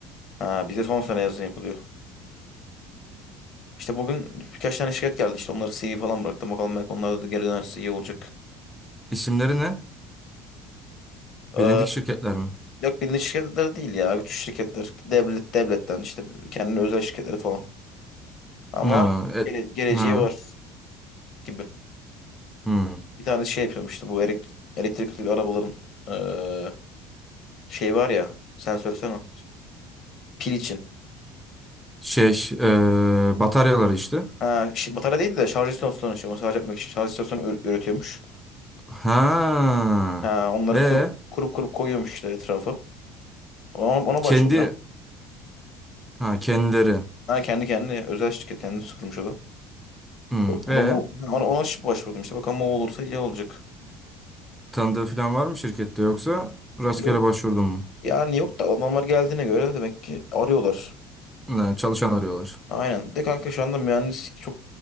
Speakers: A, on the left; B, in the centre.
A: ha bize son sene yazın yapılıyor. İşte bugün birkaç tane şirket geldi. İşte onları CV falan bıraktım. Bakalım belki onlar da geri dönerse iyi olacak.
B: İsimleri ne? Bilindik
A: Ee,
B: şirketler mi?
A: yok bilindik şirketler değil ya. Güç şirketler. Devlet, devletten işte kendine özel şirketleri falan. Ama
B: Ha, e-
A: gele, geleceği
B: ha,
A: var gibi.
B: hmm.
A: Bir tane şey yapıyorum işte bu elek- elektrikli arabaların ee, şey var ya. Sen söylesene. Pil için.
B: Şey, e, bataryaları işte.
A: Ha, şi- batarya değil de şarj istasyonu. işte onu şarj etmek için şarj istasyonu ür- üretiyormuş.
B: Ha.
A: Ha, onları
B: Ve
A: kurup kurup kurup koyuyormuş işte etrafı. Ona, ona
B: kendi
A: başvuracağım.
B: ha kendileri.
A: Ha, kendi kendine özel şirket kendisi kurmuş adam.
B: Hmm.
A: O,
B: E
A: o da mu ona, ona şıp başvurdum işte. Bakalım o olursa iyi olacak.
B: tanıdığı falan var mı şirkette yoksa rastgele
A: Ya Yok
B: başvurdun mu?
A: yani yok da adamlar geldiğine göre demek ki arıyorlar.
B: Ha, çalışan arıyorlar.
A: Aynen. Bir de kanka şu anda mühendislik çok,